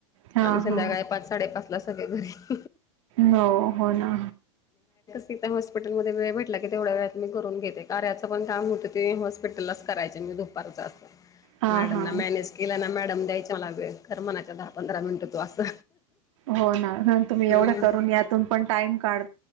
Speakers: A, on the right (about 70°); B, on the left (about 20°).
A: हा
B: आम्ही संध्याकाळी
A: हा
B: पाच साडे पाच ल सगळे घरी
A: हो हो ना
B: ति त्या हॉस्पिटलमध्ये वेळ भेटला की तेवढ्या वेळत मी करून घेते कार्याच पण काम होत ते हॉस्पिटललाच करायचे. दुपारच असतं.
A: हा
B: मॅडम
A: हा
B: ना मॅनेज केला ना मॅडम द्यायच मला वे खर म्हणाच्या दहा पंधरा मिनिटं तू असं.
A: हो ना तुम्ही
B: हम्म
A: एवढं करून यातून पण टाइम काढ